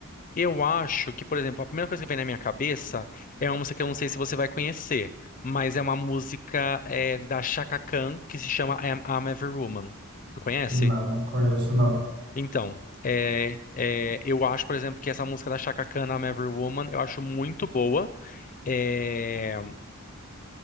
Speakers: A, on the left; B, on the right.
A: eu acho que, por exemplo, a primeira coisa que vem na minha cabeça é uma música que eu não sei se você vai conhecer, mas é uma música é, da Chaka Khan que se chama I'm, I'm Every Woman. Tu conhece?
B: Não, não conheço, não.
A: Então, é, é, eu acho, por exemplo, que essa música da Chaka Khan, I'm Every Woman, eu acho muito boa. é,